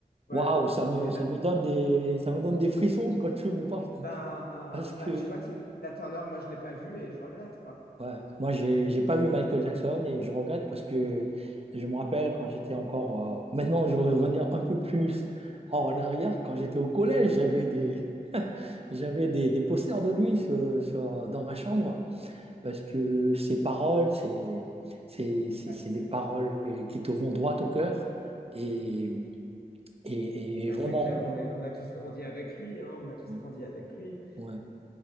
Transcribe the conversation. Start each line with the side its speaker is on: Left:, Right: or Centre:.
Left: ouais.
Right: Waouh, ça me,
Left: Tu les
Right: ça
Left: as vus?
Right: me donne des, ça me donne des frissons <laughs> quand tu me parles.
Left: Ben, euh,
Right: Parce
Left: bah,
Right: que,
Left: tu vois, Tina Turner, moi, je l'ai pas vue et je regrette, quoi.
Right: ouais, moi, j'ai, j'ai pas vu Michael Jackson et je regrette parce que je me rappelle quand j'étais encore... euh, Maintenant, je vais revenir un peu plus en arrière. Quand j'étais au collège, j'avais des, j'avais des, des posters de lui sur- sur- dans ma chambre. parce que ces paroles, c'est c'est- c'est-
Left: Bah,
Right: c'est
Left: c'est
Right: des paroles euh, qui te vont droit au cœur et, et, et-
Left: bah,
Right: et vraiment.
Left: c'est clair, on est, on a tous grandi avec lui, hein, on a tous
Right: ouais,
Left: grandi avec lui.
Right: ouais.